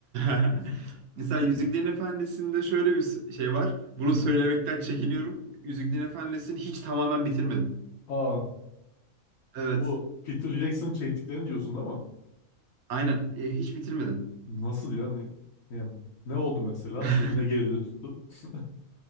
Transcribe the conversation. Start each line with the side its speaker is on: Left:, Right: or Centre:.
Right: <laughs>
Left: <laughs>
Right: mesela Yüzüklerin Efendisi'nde şöyle bir s- şey var. Bunu
Left: Hı hı.
Right: söylemekten çekiniyorum. Yüzüklerin Efendisi'ni hiç tamamen bitirmedim.
Left: Aa,
Right: Evet.
Left: bu Peter Jackson çektiklerini diyorsun ama
Right: Aynen. E, Hiç bitirmedim.
Left: nasıl ya? Ne, yani ne oldu mesela?
Right: <laughs>
Left: Seni ne geride tuttu? <laughs>